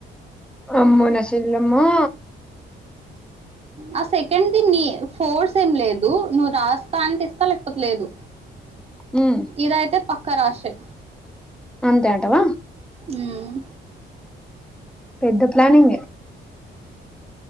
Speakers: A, in the centre; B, on the right.
A: అమ్మో నషిల్లలమ్మో
B: ఆ సెకెందినీ ఫోర్స్ ఏం లేదు నువ్వు రాస్తా అంటే ఇస్త లేకపోతే లేదు.
A: ఉమ్,
B: ఇదైతే పక్క రాషే
A: అంతే అంటవ
B: ఉమ్
A: పెద్ద ప్లానింగే